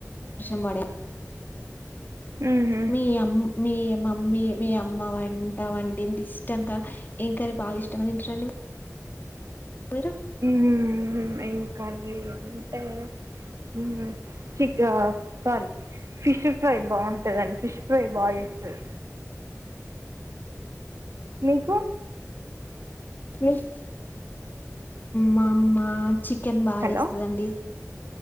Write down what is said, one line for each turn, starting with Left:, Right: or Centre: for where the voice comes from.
Left: మ్మడే
Right: ఉహు
Left: మీ అమ్ మీ మమ్మీ మీ అమ్మ వంట వండింది ఇష్టంగా ఇం కన్ బాగా ఇష్టంగా తింటారంండి పొయిరా
Right: మ్... ఏం కర్రీ అంటే మ్.. చిక్ సోరీ ఫిష్ ఫ్రై బావుంటది ఫిష్ ఫ్రై బాగా చేస్తది మీకు
Left: మిస్ మా అమ్మ చిక్ చికెన్ బా
Right: హలో
Left: జేస్తుదండి